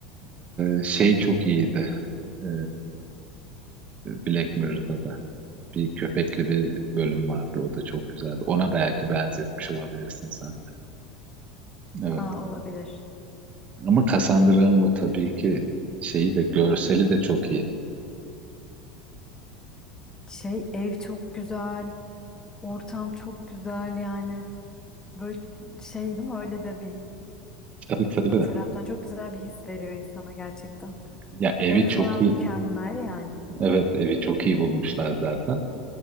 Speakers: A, on the right; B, on the left.
A: Ee, şey çok iyiydi. Ee, Black Mirror'da da bir köpekli bir bölüm vardı. O da çok güzeldi. Ona belki benzetmiş olabilirsin sen de. Evet.
B: Aa, olabilir.
A: Ama Cassandra'nın o tabii ki şeyi de görseli de çok iyi.
B: Şey ev çok güzel. Ortam çok güzel yani. Böyle şey değil mi? Öyle de bir
A: Tabii tabii.
B: bir taraftan çok güzel bir his veriyor insana gerçekten.
A: Ya evi
B: Ev falan
A: çok iyi.
B: mükemmel yani.
A: Evet, evi çok iyi bulmuşlar zaten.